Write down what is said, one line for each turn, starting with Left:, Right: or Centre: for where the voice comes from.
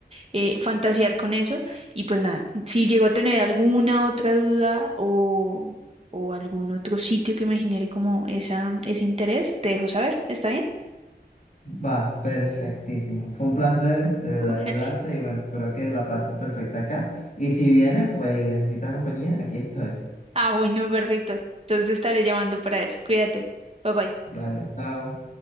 Right: eh, fantasear con eso. Y pues nada, si llego a tener alguna otra duda o, o algún otro sitio que me genere como esa, ese interés, te dejo saber, ¿está bien?
Left: va, perfectísimo. Fue un placer de verdad
Right: <laughs> Ujale.
Left: ayudarte y bueno, espero que la pases perfecta acá. Y si vienes, pues y necesitas compañía, aquí estoy.
Right: Ah, bueno, perfecto. Entonces estaré llamando para eso. Cuídate. Bye bye.
Left: Vale, chao.